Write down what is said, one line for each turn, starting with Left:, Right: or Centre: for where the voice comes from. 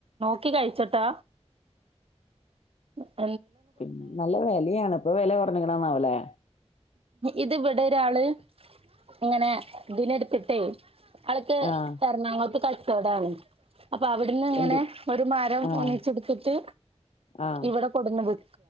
Right: ക്കി കഴിച്ചിട്ടാ ഉ
Left: പിന്നെ നല്ല വിലയാണ് ഇപ്പൊ വില കുറഞ്ഞ കണാവലേ
Right: ഇത് വിടെ ഒരാള് ഇങ്ങനെ ഇതി നെടുത്തിട്ടേ അള് ക്ക്
Left: ആഹ്
Right: എറണാകൊളത്ത് ക ചോടാണ് അപ്പൊ അവിടെന്ന് ഇങ്ങനെ
Left: എന്ത്
Right: ഒരു മരം
Left: ആഹ്
Right: ഒന്നിച്ചെടുത്തിട്ട്
Left: ആഹ്
Right: ഇവിടെ കൊടുന്ന് വി